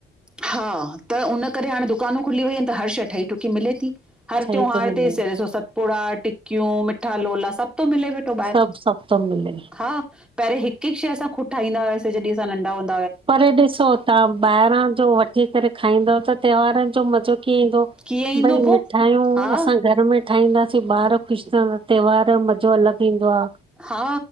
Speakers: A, in the centre; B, on the right.
A: हा त उन करे हाणे दुकानूं खुली वेई आहिनि त हर शइ ठही ठुकी मिले थी हर
B: सही
A: त्यौहार
B: थो मिले
A: ते स ॾिसो सतपुड़ा टिकियूं मिठा लोला सब सब थो मिले वेठो ॿाहिरि,
B: सभु सभु थो मिले
A: हा। पहिरें हिक हिक शइ असां ख़ुद ठाहींदा हुयास जहिं असां नंढा हुदं
B: पर ॾिसो तव्हां ॿाहिरां जो वठी करे खाईंदव त त्योहारन जो मज़ो कीअं ईंदो
A: कीअं ईंदो
B: भाई
A: पो?
B: मिठायूं
A: हा,
B: असां घर में ठाहींदासीं ॿार ख़ुश थींदा त्योहार जो मज़ो अलॻ ईंदो आ।
A: हा,